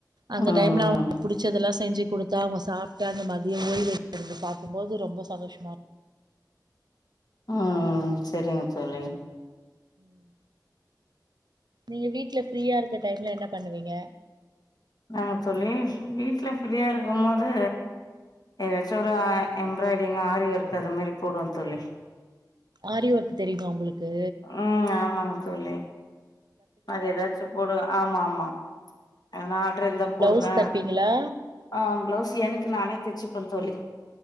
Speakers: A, on the right; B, on the left.
A: அந்த
B: ம்
A: டைம்லா <inaudible> புடுச்சதெல்லா செஞ்சு குடு தாகு சாப் ட்டு அந்த மதிய ஓய்வெடுக்குறத பாக்கும் போது ரொம்ப சந்தோஷ
B: ம் செரிங்க தோழி
A: ம் நீங்க வீட்ல ஃப்ரீயா இருக்க டைம்ல என்ன பண்ணுவீங்க?
B: ஆமா தோழி வீட்ல ஃப்ரீயா இருக்கும்மோது எதாச்சு ஒரு எம்ப்ராய்ட்ரிங் ஆரி ஒர்க் அது மாரி போடுவ தோழி
A: ஆரி ஒர்க்கு தெரியுமா உங்களுக் கு
B: ம் ஆமாங்க தோழி அது எதாச்சு போடுவே ஆமா ஆமா எதுனா ஆட்ரு இருந்தா
A: பிளவுஸ்
B: போடுவே
A: தப்பீங்களா
B: ஆ பிளவுஸ் எனக்கு நானே தச்சுப்ப தோழி